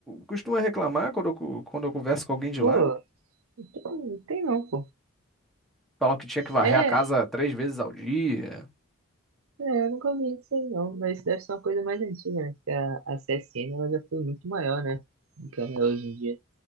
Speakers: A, in the centre; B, on the right (about 75°).
A: costuma reclamar quando eu, co- quando eu converso com alguém de
B: Pô,
A: lá.
B: não tem não, pô.
A: Falam que tinha que varrer
B: É,
A: a casa três vezes ao dia.
B: É, eu nunca vi isso aí não, mas deve ser uma coisa mais antiga, né? Porque a, a C S N ela já foi muito maior, né? Do que ela é hoje em dia.